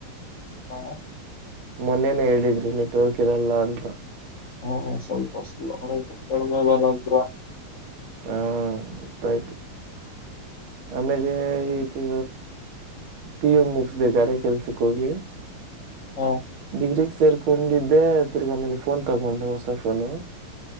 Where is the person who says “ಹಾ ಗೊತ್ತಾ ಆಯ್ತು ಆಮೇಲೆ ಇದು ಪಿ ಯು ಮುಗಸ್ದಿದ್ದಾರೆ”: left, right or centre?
Right